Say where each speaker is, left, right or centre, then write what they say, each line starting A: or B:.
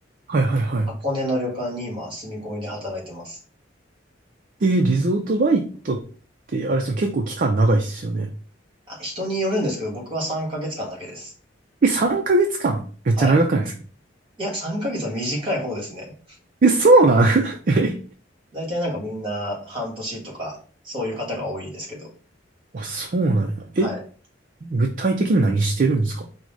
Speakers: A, on the right (about 50°); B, on the right (about 30°).
A: はいはいはい。
B: 箱根の旅館に今、住み込みで働いてます。
A: えーリゾートバイトって、あれですよね、結構期間長いっすよね。
B: あ、人によるんですけど、僕は3ヶ月間だけです。
A: え、3ヶ月間めっちゃ長くないですか
B: はい。いや、3ヶ月は短い方ですね。
A: え、そうなん <laughs> え、
B: 大体なんかみんな半年とか、そういう方が多いですけど。
A: あ、そうなんや。
B: はい。
A: え、具体的に何してるんですか